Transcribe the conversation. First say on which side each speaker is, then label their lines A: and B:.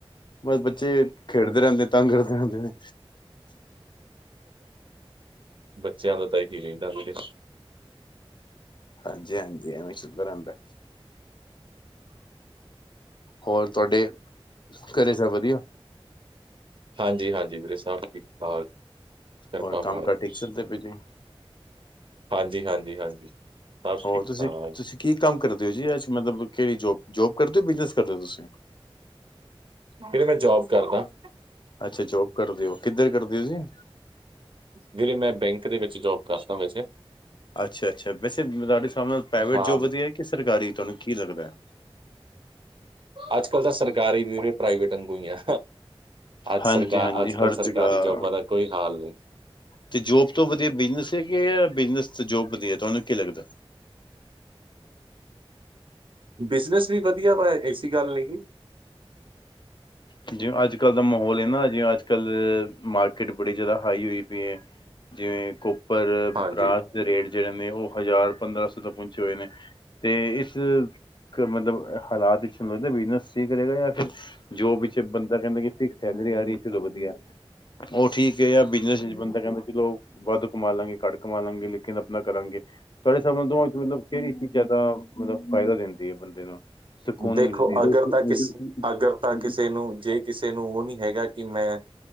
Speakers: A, on the left (about 50°); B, on the right (about 60°).
A: ਬਸ ਬੱਚੇ ਖੇਡਦੇ ਰਹਿੰਦੇ ਤੰਗ ਕਰਦੇ ਰਹਿੰਦੇ ਨੇ।
B: ਬੱਚਿਆਂ ਦਾ ਤਾਂ ਇਹੀ ਰਹਿੰਦਾ ਵੀਰੇ।
A: ਹਾਂਜੀ-ਹਾਂਜੀ ਐਵੇਂ ਸ਼ੁਗਰ ਰਹਿਦਾ। ਹੋਰ ਤੁਹਾਡੇ ਘਰੇ ਸਬ ਵਧੀਆ।
B: ਹਾਂਜੀ-ਹਾਂਜੀ ਵੀਰੇ ਸਬ ਠੀਕ ਠਾਕ ਕਿਰਪਾ
A: ਹੋਰ ਕੰਮ
B: ਮਾਲਕ
A: ਕਾਰ
B: ਦੀ।
A: <unintelligible>
B: ਹਾਂਜੀ-ਹਾਂਜੀ, ਹਾਂਜੀ। ਸਭ
A: ਹੋਰ
B: ਠੀਕ
A: ਤੁਸੀ-ਤੁਸੀ
B: ਠਾਕ।
A: ਕੀ ਕੰਮ ਕਰਦੇ ਹੋ ਜੀ ਐਸ ਮਤਲਬ ਕਿਹੜੀ ਜੋਬ, ਜੋਬ ਕਰਦੇ ਹੋ ਬਿਜਨਸ ਕਰਦੇ ਹੋ ਤੁਸੀ।
B: ਵੀਰੇ ਮੈਂ ਜੋਬ ਕਰਦਾ।
A: ਅੱਛਾ ਜੋਬ ਕਰਦੇ ਓ ਕਿੱਧਰ ਕਰਦੇ ਹੋ ਤੁਸੀ।
B: ਵੀਰੇ ਮੈਂ ਬੈਂਕ ਦੇ ਵਿੱਚ ਜੋਬ ਕਰਦਾ ਵੈਸੇ।
A: ਅੱਛਾ-ਅੱਛਾ ਵੈਸੇ ਤੁਹਾਡੇ ਹਿਸਾਬ ਨਾਲ ਪ੍ਰਾਈਵੇਟ
B: ਹਾਂ।
A: ਜੋਬ ਵਧੀਆ ਕਿ ਸਰਕਾਰੀ ਤੁਹਾਨੂੰ ਕੀ ਲੱਗਦਾ।
B: ਅੱਜ ਕੱਲ ਤਾਂ ਸਰਕਾਰੀ ਵੀ ਪ੍ਰਾਈਵੇਟ ਅੰਗੂ ਹੀ ਆ। ਅੱਜ
A: ਹਾਂਜੀ-ਹਾਂਜੀ
B: ਸਰਕਾਰ ਅੱਜ
A: ਹਰ
B: ਕੱਲ੍ਹ ਸਰਕਾਰੀ
A: ਜਗ੍ਹਾ
B: ਜੋਬਾਂ ਦਾ ਕੋਈ ਹਾਲ ਨਈ।
A: ਤੇ ਜੋਬ ਤੋਂ ਵਧੀਆ ਬਿਜਨਸ ਹੈ ਕੇ, ਬਿਜਨਸ ਤੋਂ ਜੋਬ ਵਧੀਆ ਤੁਹਾਨੂੰ ਕੀ ਲੱਗਦਾ?
B: ਬਿਜਨਸ ਵੀ ਵਧੀਆ ਵਾ ਐਸੀ ਗੱਲ ਨਈ ਗੀ।
A: ਜਿਵੇਂ ਅੱਜ ਕੱਲ੍ਹ ਦਾ ਮਾਹੌਲ ਹੈ ਨਾ ਜਿਵੇਂ ਅੱਜ ਕੱਲ ਮਾਰਕੀਟ ਬੜੀ ਜਾਦਾ ਹਾਈ ਹੋਈ ਪਯੀ ਹੈ ਜਿਵੇਂ ਕੋਪਰ
B: ਹਾਂਜੀ।
A: ਬਰਾਸ ਦੇ ਰੇਟ ਜਿਹੜੇ ਨੇ ਉਹ ਹਜ਼ਾਰ ਪੰਦਰਾਂ ਸੌ ਤੋਂ ਪਹੁੰਚੇ ਹੋਏ ਨੇ ਤੇ ਇਸ ਮਤਲਬ ਹਾਲਾਤ <unintelligible> ਬਿਜਨਸ ਠੀਕ ਰਹੇਗਾ ਜਾਂ ਫਿਰ ਜੋ ਪੇ ਬੰਦਾ ਕਹਿੰਦਾ ਕਿ ਫਿਕਸ ਸੈਲਰੀ ਆ ਰਹੀ ਚਲੋ ਵਧੀਆ ਉਹ ਠੀਕ ਏ ਆ ਬਿਜਨਸ ਚ ਬੰਦਾ ਕਹਿੰਦਾ ਚਲੋ ਵੱਧ ਕਮਾ ਲਾਂਗੇ ਘੱਟ ਕਮਾ ਲਾਂਗੇ ਲੇਕਿਨ ਆਪਣਾ ਕਰਾਂਗੇ। ਤੁਹਾਡੇ ਹਿਸਾਬ ਨਾਲ ਦੋਵਾਂ ਚ ਮਤਲਬ ਕਿਹੜੀ ਚੀਜ਼ਾਂ ਦਾ ਮਤਲਬ ਫਾਇਦਾ ਦਿੰਦੀ ਹੈ ਬੰਦੇ ਨੂੰ। ਸਕੂਨ
B: ਦੇਖੋ
A: ਮਿਲਦੀ ਏ
B: ਅਗਰ
A: <unintelligible>
B: ਤਾਂ ਕਿਸ ਅਗਰ ਤਾਂ ਕਿਸੇ ਨੂੰ ਜੇ ਕਿਸੇ ਨੂੰ ਉਹ ਨਹੀਂ ਹੈਗਾ ਕਿ ਮੈਂ